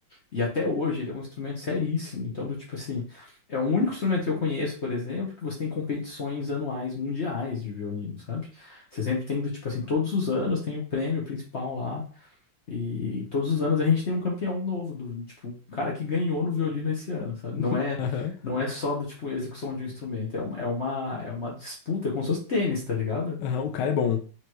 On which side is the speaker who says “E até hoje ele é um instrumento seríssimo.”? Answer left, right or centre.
Left